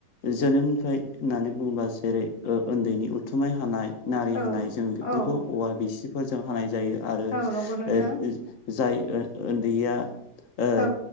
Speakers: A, on the left (about 55°); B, on the left (about 80°).
A: जोनोमनिफ्राय होननानै बुङोबा जेरै ओ उन्दैनि उथुमाय हानाय नारि
B: औ
A: हानाय जों बेफोरखौ
B: औ
A: औवा बिसिफोरजों हानाय जायो। आरो
B: औ
A: <unintelligible>
B: नंगौ नोंथां
A: जाय ओ उन्दैया ओ
B: औ